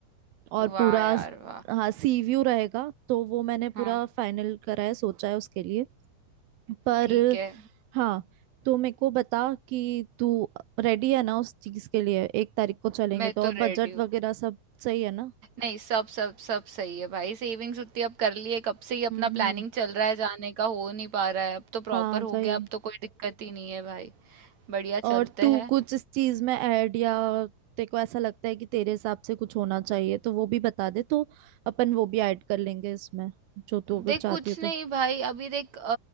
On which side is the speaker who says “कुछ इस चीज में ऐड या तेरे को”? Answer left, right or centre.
Right